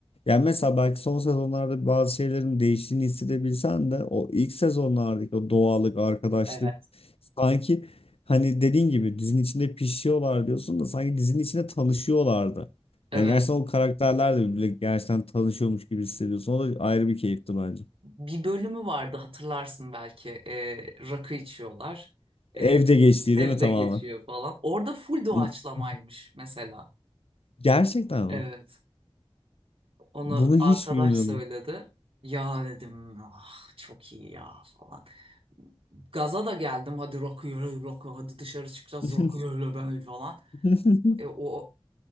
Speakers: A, on the left; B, on the right.
A: yani mesela belki son sezonlarda bazı şeylerin değiştiğini hissedebilsen de o ilk sezonlardaki o doğallık, arkadaşlık
B: Evet.
A: sanki hani dediğin gibi dizinin içinde pişiyorlar diyorsun da sanki dizinin içinde tanışıyorlardı.
B: Evet.
A: Yani gerçekten o karakterler de birbiriyle gerçekten tanışıyormuş gibi hissediyorsun. O da ayrı bir keyifti bence.
B: Bir bölümü vardı hatırlarsın belki. E, rakı içiyorlar.
A: Evde
B: E,
A: geçtiği
B: evde
A: değil mi tamamen?
B: geçiyor falan. Orada full doğaçlamaymış
A: <laughs>
B: mesela.
A: Gerçekten
B: Evet.
A: mi?
B: Onu
A: Bunu
B: arkadaş
A: hiç bilmiyordum.
B: söyledi. Ya dedim ah, çok iyi ya falan. gaza da geldim. Hadi rakı rakı hadi dışarı çıkacağız
A: <laughs>
B: rakı öyle ben falan.
A: <laughs>
B: E, o